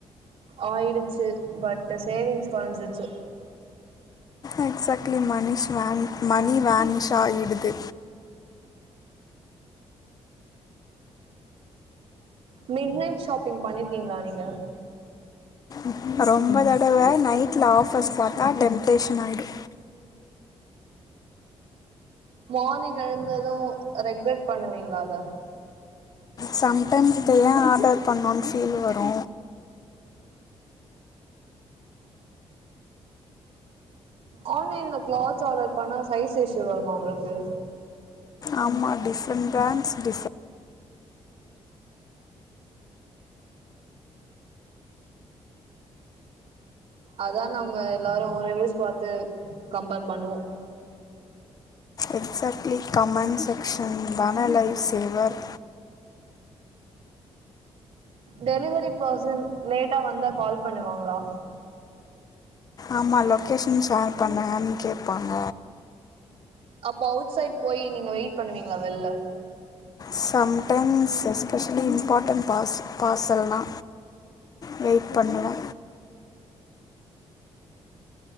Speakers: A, on the right (about 80°); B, on the left (about 35°).
A: ஆயிடுச்சு பட் சேவிங்ஸ் கோறஞ்சிருச்சு
B: எக்ஸாக்ட்லி மணி ஷெவேன் மணி வேன்னிஷ் ஆகிடுது
A: மிட் நைட் ஷாப்பிங் பண்ணிருகீங்ளா நீங்க
B: ஆமா ரொம்ப தடவ நைட்ல ஆஃபர்ஸ் பாத்தா டெம்ப்டேஷன் ஆய்டு
A: மார்னிங் எழுந்தது ரெக்ரட் பண்ணுவீங்ளா அத
B: சம்டைம் இத ஏன் ஆர்டர் பண்ணோன் ஃபீல் வரு
A: ஆன்லேன்ல கிளாத்ஸ் ஆர்டர் பண்ணா சைஸ் இஷு வருமா உங்ளுக்கு
B: ஆமா டிஃப்ரெண் டைம்ஸ் டிஃப்
A: அதா நம்ம எல்லாரு ரிவியூஸ் பாத்து கம்பேர் பண்ணுவோ
B: எக்ஸாக்ட்லி கமெண் செக்ஷன் வன லைவ் சேவர்
A: டெலிவரி பர்சன் லேட்டா வந்தா கால் பண்ணுவாங்ளா
B: ஆமா லொக்கேஷன் ஷேர் பண்ணுகன் கேப்பாங்க
A: அப்போ அவுட் சைட் போயி நீங்க வெயிட் பண்ணுவீங்ளா வெள்ல
B: சம்டைம்ஸ் எஸ்பெஷலி இம்பாட்டன் பாஸ் பார்சல்னா வெய்ட் பண்ணுவ